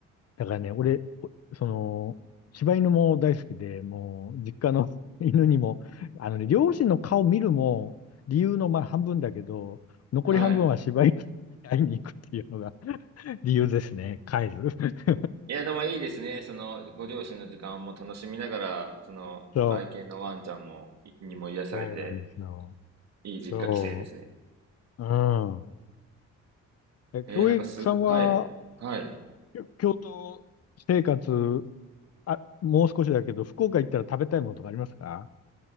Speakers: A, on the left; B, on the right.
A: だからね、俺、おその、柴犬も大好きで、もう、実家の <laughs> 犬にも、あのね、両親の顔見るも、理由のまあ半分だけど、残り半分は柴犬に会いに行くっていうのが
B: はい。
A: <laughs> 理由ですね、帰る。<laughs>
B: いや、でもいいですね。その、ご両親の時間も楽しみながら、その、
A: そう、
B: 愛犬のワンちゃんも、いにも癒されて、
A: そうなんですよ。
B: いい実家帰省ですね。
A: そう、うん。え、
B: えー、
A: 京平さんは、
B: なんかす、はい。はい。
A: きょ京都生活、あ、もう少しだけど、福岡行ったら食べたいものとかありますか